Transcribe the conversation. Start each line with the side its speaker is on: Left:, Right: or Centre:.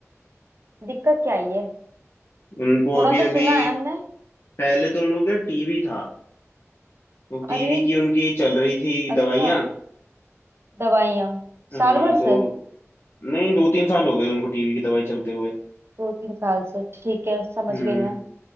Right: दिक्कत क्या आई है
Left: उनको
Right: थोड़ा
Left: अभी
Right: तो
Left: अभी
Right: सुना है हमने
Left: पहले तो उनको क्या टीबी था तो टीबी
Right: अरे
Left: की उनकी चल रही थी
Right: अच्छा
Left: दवाइयाँ
Right: दवाइयाँ
Left: हाँ
Right: साल भर
Left: तो
Right: से
Left: नहीं दो तीन साल हो गए उनको टीबी की दवाई चलते हुए
Right: दो तीन साल से ठीक है समझ
Left: हम्म
Right: गई मैं